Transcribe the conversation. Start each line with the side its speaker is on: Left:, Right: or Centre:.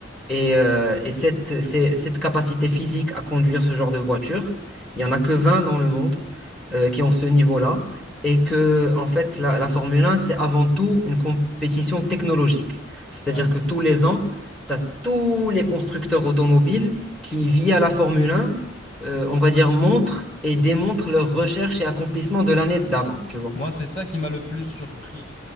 Centre: et, euh, et cette, c'est- cette capacité physique à conduire ce genre de voiture,
Left: Mm.
Centre: il n'y en a que 20 dans le monde euh, qui ont ce niveau-là. Et que, en fait, la, la Formule 1, c'est avant tout une compétition technologique. C'est-à-dire
Left: Ouais.
Centre: que tous les ans, tu as tous les constructeurs automobiles qui, via la Formule 1, euh, on va dire, montrent et démontrent leurs recherches et accomplissements de l'année d'avant, tu vois.
Left: Moi, c'est ça qui m'a le plus surpris